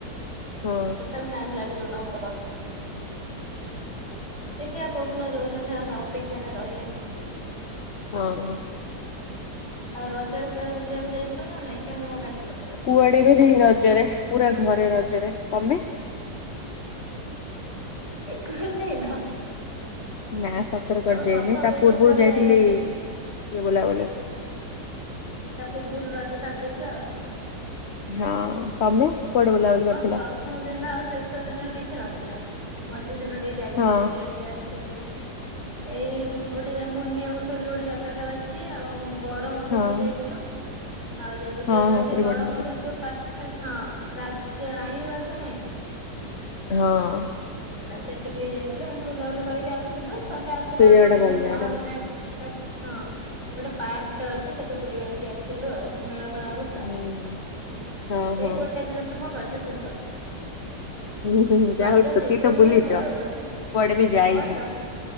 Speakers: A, on the left; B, on the left.
A: ହଁ
B: ତଥାପି ଟାଇମ ଲାଗିିବ ତାଙ୍କୁ ଦବାକୁ। ଦେଖିିଆ କୋଉ ଦିନ ଦୋଉଚନ୍ତି ଆମେ ଅପେକ୍ଷାରେ ରହିଲେ।
A: ହଁ ହଁ।
B: ଆଉ ରଜରେ କୁଆଡେ ବୁଲିବାକୁଯାଇଥିଲ ନା ନାଇଁ କେମିତି କଅଁ କା
A: କୁଆଡେ ବି ନାହିଁ ରଜରେ ପୁରା ଘରେ ରଜରେ ତମେ?
B: କୁଆଡେ ଯାଇନ।
A: ନା ସତରେ
B: ମୋର
A: କୁଆଡେ ଯାଇନି
B: ପ୍ରଥମ
A: ତା
B: ଦିନ
A: ପୂର୍ବରୁ
B: କୁଆଡେ
A: ଯାଇଥିଲି
B: ଯାଇନଥିଲି
A: ଇଏ ବୁଲା ବୁଲି
B: ତା ପୂର୍ବରୁ ରଜ ସାରି ଦେଇଛ ଆଉ।
A: ହଁ ତମେ କୁଆଡେ ବୁଲାବୁଲି
B: ମୋ
A: କରିଥିଲ?
B: ପ୍ରଥମ ଦିନ ଆଉ ଶେଷ ଦିନ କିଛି ନଥିଲା ମଝି ଦିନ ଟିକେ ଯାଇଥିଲି
A: ହଁ
B: ବୁଲି ବାଲିକି ଆସି କେରେ ଏଇ ଗୋଟେ ମୁର୍ନିଆ ମୁଠ ବୋଲି ଗୋଟେ ଜାଗାଟା ଅଛି ଆଉ ମୁଁ ବଡ ମଧୁପୁର
A: ହଁ।
B: ଯାଇଥିଲୁ ଆଉ ଯାଇଥିଲୁ
A: ହଁ ହଁ
B: ସେ
A: ସେଠି
B: ଗଡମଧୁପୁର
A: ବଢିଆ ଜାଗାଟା।
B: ପା ଖେ ହଁ ରାଯା ରାଣୀ ଉଆସ ନାହିଁ ନା?
A: ହଁ।
B: ହେଲା ସେଠିକି ବି ଯାଇଥିଲେ ଏମିତି ବୁଲାବୁଲି କରିକି ଆସିଥିଲୁ ତାପରେ ଆସିଲା
A: ସେ
B: ବେଳକୁ
A: ଜାଗାଟା
B: ଆମର
A: ଭଲ
B: ଯୋଉ
A: ଜାଗାଟା
B: ମହାବିନାୟକ
A: ନା।
B: ପାକ୍ ହଁ ଗୋଟେ ପାର୍କ ଟା ଅଛି ସେଠୁ ବୁଲ ବଲିକି ଆସିଲୁ ଆଉ ସେ ମେଳା ଫେଳା ଆଉ <unintelligible>
A: ହୁଁ।
B: ସେଇ
A: ହଁ ହଁ
B: ଗୋଟେ ଦିନରେ ମ ରଜ ଶେଷ।
A: ହୁଁ ହୁଁ ହୁଁ ଯାହା
B: ରଜ
A: ହଉ ସେତିକି
B: ତିନି
A: ତ
B: ଦିନ
A: ବୁଲିଛ
B: ହୁଏ ମୋର ଗୋଟେ ଦିନ
A: ମୁଁ କୁଆଡେ ବି ଯାଇନି।
B: ହଁ କିରା